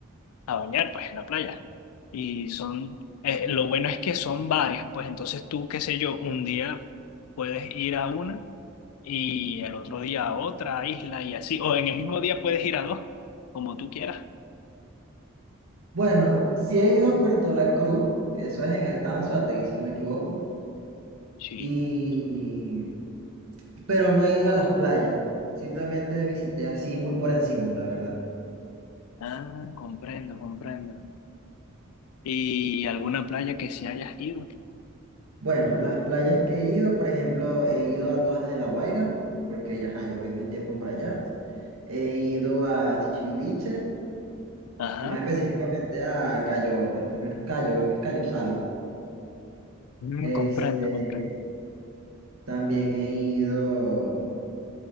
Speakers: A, on the left (about 85°); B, on the right (about 80°).
A: a bañar, pues, en la playa. Y son, eh, lo bueno es que son varias, pues, entonces tú, qué sé yo, un día puedes ir a una y el otro día a otra isla y así. O en el mismo día puedes ir a dos, como tú quieras.
B: bueno, sí he ido a Puerto La Cruz, eso es en el estado Anzoátegui, si no me equivoco,
A: Sí.
B: y, pero no he ido a las playas, simplemente visité así muy por encima, la verdad.
A: Ah, comprendo, comprendo. ¿Y alguna playa que se hayas ido?
B: Bueno, las playas que he ido, por ejemplo, he ido a todas las de La Guaira, porque ya, ajá, yo viví un tiempo por allá. He ido a Chichiriviche,
A: Ajá.
B: que más específicamente a Cayo, el primer Cayo, creo que es Cayo Sal.
A: Mm,
B: Este,
A: comprendo, comprendo.
B: también he ido